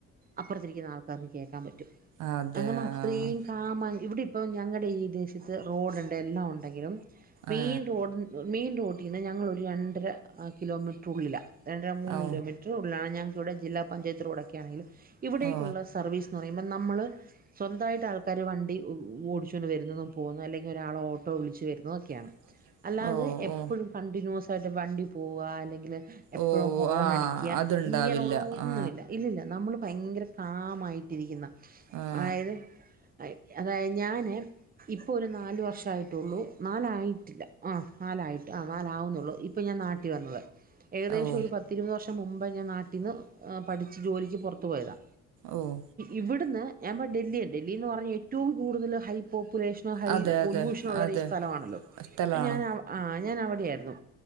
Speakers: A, on the right; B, on the right.
A: അപ്പർത്തിരിക്ക്ന്നാൾക്കത് കേക്കാം പറ്റും
B: അതെ
A: അങ്ങെനെ
B: ആ
A: അത്രീം കാ കാമാ ഇവിടെ ഇപ്പം ഞങ്ങടെ ഈ ദേശെത്ത് റോഡ്ണ്ട് എല്ലാം ഒണ്ടെങ്കിലും മെയിൻ
B: ഏ
A: റോഡ്ൻ മെയിൻ റോട്ടീന്ന് ഞങ്ങളൊരു രണ്ടര കിലോമീറ്ററുള്ളിലാ രണ്ട മൂന്ന്
B: ഓ
A: കിലോമീറ്ററ് ഉള്ള്ലാണ് ഞങ്ങക്ക്‌വ്ടെ ജില്ലാ പഞ്ചായത്ത് റോഡൊക്കെ ആണെങ്കിലും ഇവിടേക്കുള്ള
B: ഓ
A: സർവീസ് ന്ന് പറയ്മ്പം നമ്മള് സ്വന്തമായിട്ട് ആൾക്കാര് വണ്ടി ഓടിച്ചുകൊണ്ട് വരുന്നതും പോകുന്നതും അല്ലെങ്കി ഒരാള് ഓട്ടോ വിളിച്ച് വരുന്നതും ഒക്കെയാണ്
B: <inaudible>
A: അല്ലാതെ എപ്പഴും
B: ഓ
A: കണ്ടിന്യൂസ് ആയിട്ട് വണ്ടി പോവാ അല്ലെങ്കില് എപ്പഴും
B: ഓ
A: ഹോണടിക്ക്യാ
B: ആ അതുണ്ടാവില്ല
A: ഇങ്ങനെയുള്ള ഒന്നുവില്ല
B: ആ
A: ഇല്ലില്ല നമ്മള് ഭയങ്കര കാമായിട്ടിരിക്കുന്ന
B: ആ
A: അതായത് ആഹ് ഇര്ക്ക്യാ അതായത് ഞാന് ഇപ്പൊ ഒരു നാല് വർഷായിട്ടൊള്ളൂ നാലായിട്ടില്ല ആഹ് നാലായി ആഹ് നാലാവുന്നെയുള്ളൂ ഇപ്പം ഞാൻ നാട്ടി വന്നത് ഏകദേശം
B: ഓ
A: ഒരു പത്തിരുപത് വർഷം മുമ്പേ ഞാൻ നാട്ടിന്ന് പഠിച്ച് ജോലിക്ക് പുറത്തു പോയതാ
B: ഓഹ്
A: ഇവിടുന്ന് ഞാൻപം ഡെല്ലിയാ ഡെല്ലി എന്ന് പറഞ്ഞാൽ ഏറ്റവും കൂടുതൽ ഹൈ പോപ്പുലേഷനോ ഹൈ
B: അതെ
A: പൊല്യൂഷനുള്ളൊരീ
B: അതെ അതെ
A: സ്ഥലമാണല്ലോ
B: സ്ഥലമാണ്
A: അപ്പം ഞാന് അവ് ആഹ് ഞാൻ അവിടെയായിരുന്നു